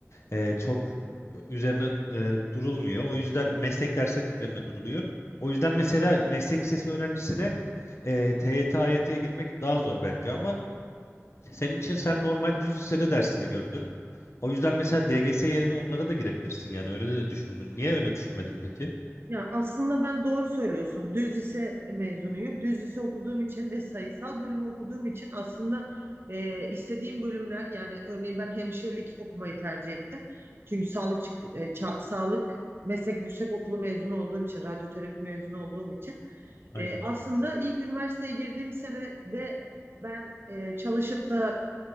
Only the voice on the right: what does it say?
Ya aslında ben doğru söylüyorsun. Düz lise mezunuyum. Düz lise okuduğum için ve sayısal bölümü okuduğum için aslında e, istediğim bölümler yani örneğin ben hemşirelik okumayı tercih ettim. Çünkü sağlık çık- e, ça- sağlık meslek yüksekokulu mezunu olduğum için, radyoterapi mezunu olduğum için
e, aslında ilk üniversiteye girdiğim sene de ben e, çalışıp da